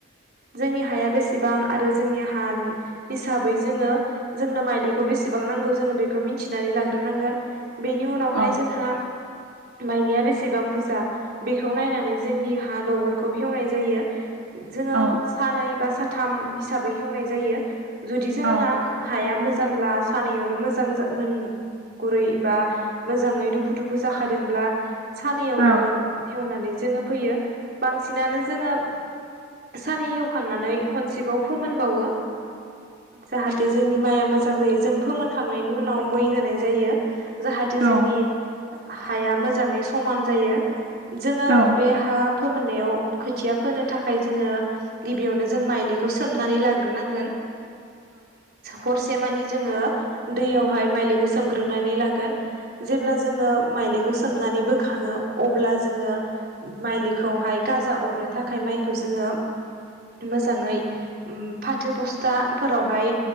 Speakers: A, on the right (about 50°); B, on the right (about 80°).
A: जोंनि हाया बेसेबां आरो जोंनि हानि हिसाबै जोङो जोंनो माइलिखौ बे बेसेबां नांगौ जों बेखौ मोनथिना लाग्रोनांगोन बेनि उनावहाय
B: औ
A: जोंहा माइलिया बेसेबां बुरजा बेखौ नायनानै जोंनि हा दबलखौ‌ एवनाय जायो जोडों
B: औ
A: सानै बा साथाम थाम हिसाबै हेवनाय जायो जुदि जोंना
B: औ
A: हाया मोजां मोजांब्ला सानायावनो मोजां मोन गुरै बा मोजाङै दुफु दुफु जाखादोंब्ला सानैयावनो
B: औ
A: हेवनानै जोङो फैयो बांसिनानो जोङो सानै हेवखांनानै खनसेबाव फोमोनबावो जाहाथे जोंनि माइआ मोजां जायो जों फोमोनखांनायनि उनाव मै होनाय जायो जाहाथे
B: औ
A: जोंनि हाया मोजाङै समान जायो जोङो
B: औ
A: बे हा फोमोननायाव खोथिया फोनो थाखाय थाखाय जोङो गिबियावनो जों माइलिखौ सोमनानै लाग्रोनांगोन हरसे मानि जोङो दैयावहाय म सोमग्रोनानै लागोन जेब्ला जोङो माइलिखौ सोमनानै बोखाङो अब्ला जोङो माइलिखौहाय गाजा अरनो थाखाय माइखौ जोङो मोजाङै फाथो बस्थाफोरावहाय